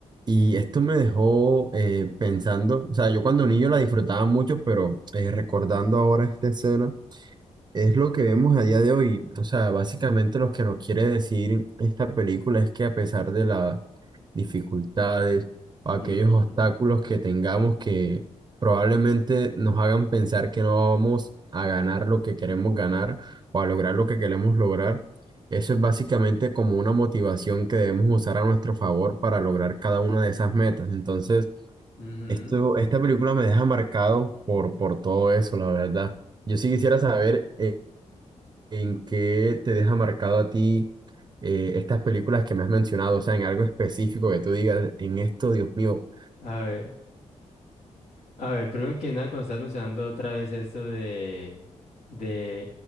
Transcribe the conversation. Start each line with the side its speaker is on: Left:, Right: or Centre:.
Right: y esto me dejó eh, pensando, o sea, yo cuando niño la disfrutaba mucho, pero eh, recordando ahora esta escena, es lo que vemos a día de hoy. O sea, básicamente lo que nos quiere decir esta película es que a pesar de las dificultades o aquellos
Left: <laughs> ujú,
Right: obstáculos que tengamos que probablemente nos hagan pensar que no vamos a ganar lo que queremos ganar o a lograr lo que queremos lograr, eso es básicamente como una motivación que debemos usar a nuestro favor para lograr cada una de esas metas. Entonces,
Left: ujú.
Right: esto, esta película me deja marcado por, por todo eso, la verdad. Yo sí quisiera saber eh, ¿En qué te deja marcado a ti eh, estas películas que me has mencionado? O sea, en algo específico que tú digas, en esto, Dios mío.
Left: A ver. A ver, primero que nada, cuando estás mencionando otra vez esto de, de